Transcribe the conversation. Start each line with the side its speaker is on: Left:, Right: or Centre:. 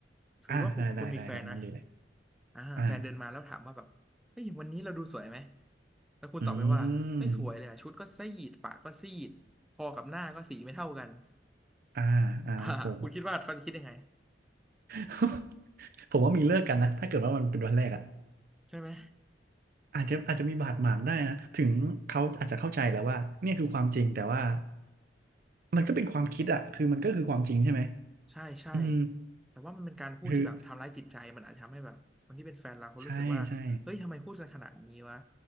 Centre: สมมติว่าคุณคุณมีแฟนนะ
Right: อ่าได้ได้ได้ครับงั้นดีเลย
Centre: อ่าแฟนเดินมาแล้วถามว่าแบบเฮ้ยวันนี้เราดูสวยไหม
Right: อ่า
Centre: แล้วคุณตอบไปว่าไม่สวยเลยอะชุดก็ซีดปากก็ซีดคอกับหน้าก็สีไม่เท่ากัน
Right: อืมอ่าอ่าโห
Centre: อ่าคุณคิดว่าเขาจะคิดยังไง
Right: <laughs> ผมว่ามีเลิกกันนะถ้าเกิดว่ามันเป็นวันแรกอ่ะ
Centre: ใช่ไหม
Right: อาจจะอาจจะมีบาดหมางได้นะถึงเขาอาจจะเข้าใจแล้วว่าเนี่ยคือความจริงแต่ว่ามันก็เป็นความคิดอ่ะคือมันก็คือความจริงใช่ไหม
Centre: ใช่ใช่
Right: อืม
Centre: แต่ว่ามันเป็นการพูดที่แบบทำร้ายจิตใจมันอาจจะทำให้แบบคนที่เป็นแฟนเราเขารู้สึกว่าเฮ้ยทำไมพูดกันขนาดนี้วะ
Right: คือใช่ใช่